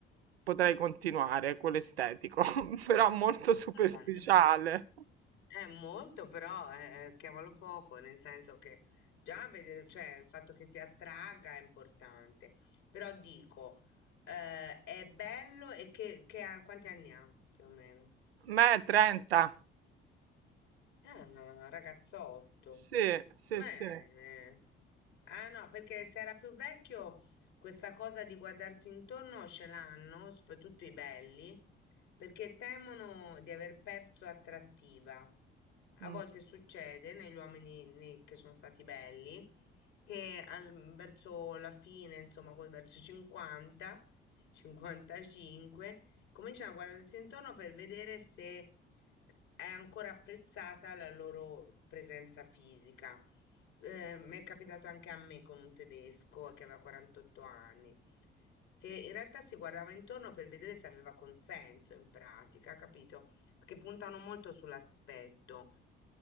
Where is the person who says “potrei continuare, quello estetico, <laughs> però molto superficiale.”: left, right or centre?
Right